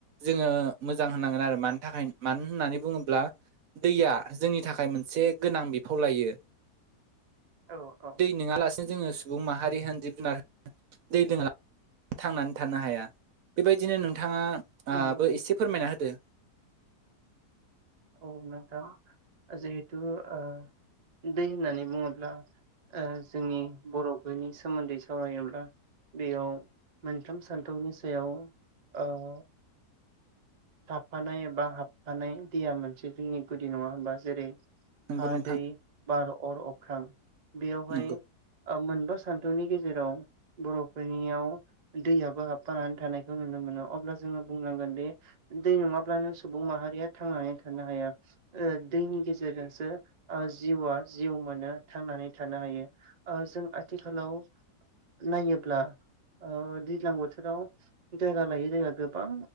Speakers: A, on the right; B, on the right.
A: जोङो मोजां होनांगोन आरो मानि थाखाय मानो होननानै बुङोब्ला दैया जोंनि थाखाय मोनसे गोनां बिफाव लायो
B: औ औ
A: दै नङालासिनो जोङो सुबुं माहारि होन‌ जिब जुनार होन दै लोंला थांनानै थानो हाया बेबायदिनो नोंथांङाबो
B: नंगौ
A: एसे फोरमायना होदो।
B: औ नोंथां जिहेथु दै होननानै बुंङोब्ला जोंनि बर'फोरनि सोमोन्दै सावरायोब्ला बेयाव मोनथाम सानथौनि सायाव औ थाफानाय एबा हाबफानाय दैया मोनसे जोंनि गुदि नङा होनबा जेरै
A: नंगौ
B: हा
A: नोंथां
B: दै बार अर अख्रां बेयावहाय
A: नंगौ
B: ओ मोनबा सान्थौनि गेजेराव बर'फोरनियाव दैयाबो हाबफानानै थानायखौ नुनो मोनो अब्ला जोंङो बुंनांगोन दि दै नङाब्लानो सुबुं माहारिया थांनानै थानो हाया। दैनि गेजेरजोंसो जिउआ जिउ मोनो थांनानै थानो हायो। जों आथिखालाव नायोब्ला दैज्लां बोथोराव जायगा लायै जायगा गोबां